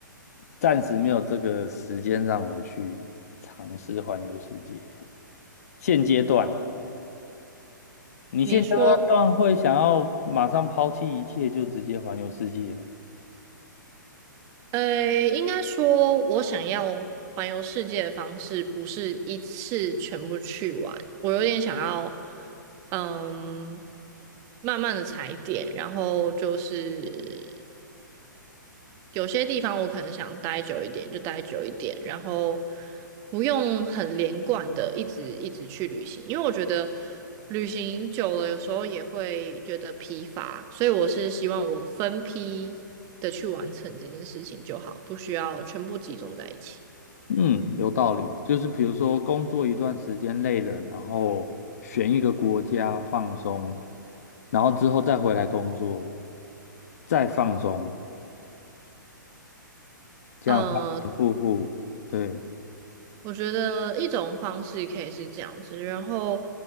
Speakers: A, on the left; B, on the right.
A: 暂时没有这个时间让我去尝试环游世界。现阶段啊，你现阶段会想要马上抛弃一切就直接环游世界吗？
B: 你说，呃，应该说，我想要环游世界的方式不是一次全部去完，我有点想要，嗯，慢慢的踩点，然后就是有些地方我可能想待久一点，就待久一点，然后不用很连贯的一直一直去旅行，因为我觉得旅行久了有时候也会觉得疲乏，所以我是希望我分批的去完成这件事情就好，不需要全部集中在一起。
A: 嗯，有道理。就是比如说工作一段时间累了，然后选一个国家放松，然后之后再回来工作，再放松，这样反反复复，
B: 嗯、
A: 对。
B: 我觉得一种方式可以是这样子，然后